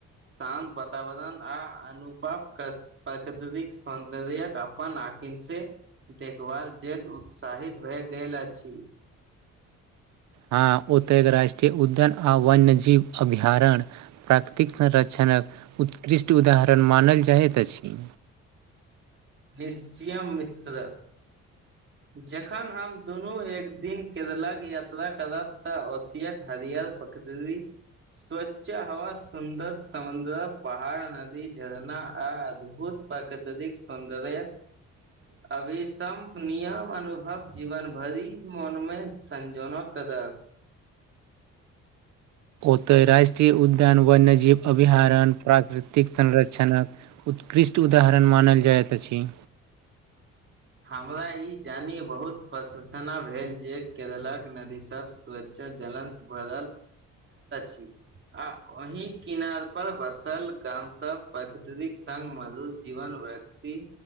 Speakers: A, on the right; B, on the right.
A: शान्त वातावरण आ अनुपपमकर प्राकृततिक सौन्द कपाआकस देखभाल ज मनउत्साहित भए गेल अछि
B: हँ ओतय राष्ट्रीय उद्यन आ वन्यजीव अभयारण्य प्राकृतिक संरक्षणक उत्कृष्ट उदाहरण मानल जाइत अछि
A: निश्चय मित जखन हम दुनू एक दिन केरलक यात्रा करब तऽ हरिय पकी स्वच्छ हव सुन्दर समुद्र पहाड़ नदी झरना आ अद्भुत परकातृक सौन्दर्य
B: ह
A: अभिसम्प नियम अनुभव जीवन भरिक मोनमे संजोना कब
B: ओतय राष्ट्रीय उद्यान वन्यजीव अभहारण्य प्राकृतिक संरक्षणक उत्कृष्ट उदाहरण मानल जाइत अछि
A: हमरा ई जानि बहुत प्रसंसना भेल जे केरलक नदी सब स ब छी आ ओहि किनार पर बसल गाम सब प्रकृतिक संग मधुर जीवन अछै त